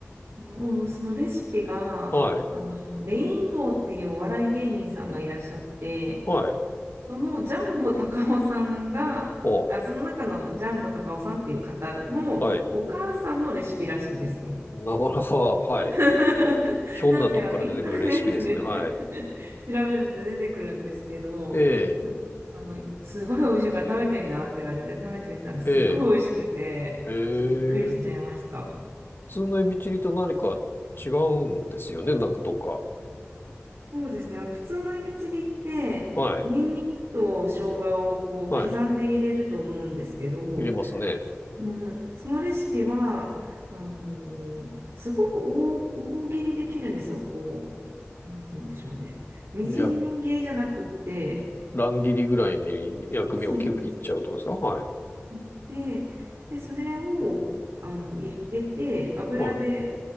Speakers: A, on the right (about 75°); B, on the left (about 50°).
A: そのそのレシピが、
B: はい。
A: あの、レインボーっていうお笑い芸人さんがいらっしゃって、
B: はい。
A: そのジャンボ高尾さんが、
B: お、
A: あ、その中のジャンボ高尾さんっていう方のお母さんのレシピらしいんですよ。
B: はい。なかなか、はい。
A: <laughs>
B: ひょんなとこから出てくるレシピですね。
A: なんであのインターネットで
B: はい。
A: <laughs> 調べると出てくるんですけど、
B: ええ、
A: なんかあのすごい美味しいから食べてみなって言われて食べてみたらすっごい美味しくて、
B: ええ、え
A: ちょっとびっくりしちゃいました。
B: え。普通のエビチリと何か違うんですよね。なんかどっか。
A: そうですね、あの普通のエビチリってニンニクと生姜をこう刻んで入れると思うんですけど、
B: はい。はい。入れますね。
A: うん、そのレシピはあのーすごく大、大切りできるんですよ。こうなんて言うんでしょうね。みじん切りじゃなくって、
B: や、乱切りぐらいに薬味をキュッ切っちゃうとかですかはい。
A: そうです。切って、で、それをあの入れて、油で、
B: はい。